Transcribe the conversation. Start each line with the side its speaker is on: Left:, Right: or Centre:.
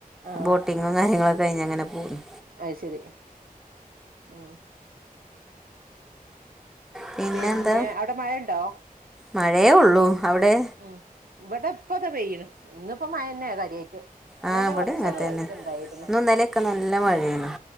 Right: ആഹ്
Centre: ബോട്ട് ട്ടിങ്ങും കാര്യങ്ങളൊക്കെഴിഞ്ഞങ്ങനെ പോന്നു
Right: അയ്ശരി ഉം
Centre: പിന്നെന്താ
Right: പിന്നെ അവിടെ മഴണ്ടോ
Centre: മഴേയൊള്ളൂ അവടെ
Right: ഉം ഇവടെ പ്പ താ പെയ്യ്ണ് ഇന്നിപ്പോ മഴെന്നെ കാര്യായിട്ട് ഇന്നലെ
Centre: ആ ബടി
Right: കൊറച്ചൊരു
Centre: അങ്ങൻത്തന്നെ
Right: ഇത്ണ്ടായിരുന്നു
Centre: ന്നും ന്നലെക്കെ നല്ല മഴേണ്